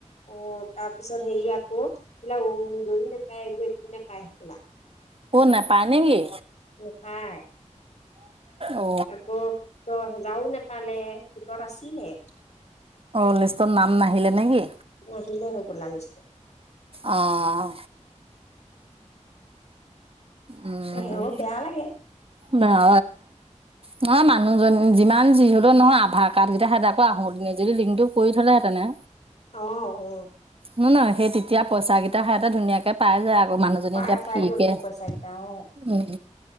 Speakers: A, on the left; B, on the right.
A: অ তাৰ পিছত হেৰি আকৌ এইবিলাক অৰুনোদই নে এইবোৰ একো নেপায় হ'বলা।
B: ক নেপাই নে কি?
A: নোপায়
B: অ
A: আকৌ দহেজাও নেপালে গোটত আচিলে।
B: অ লিষ্টত নাম নাহিলে নে কি?
A: নাহিলে হ'বলা লিষ্টত
B: অহ। উম
A: এ হেও বেয়া লাগে
B: ন <unintelligible> নহয় মানুহজন যিমান যিহলেও নহয় আধাৰ কাৰ্ড কেইটা সেহেতে আকৌ আহোতে যদি লিংকটো কৰি থলেহেতেনে।
A: অহ অ।
B: নহয় নহয় সেই তেতিয়া পইচাকেইটা হেয়াতে ধুনীয়াকে পাই যায় আকৌ মানুহজনী
A: পাই
B: এতিয়া
A: পাই
B: ফ্ৰীকে
A: গ'ল হেতেন পইচা কেইটা অ।
B: উম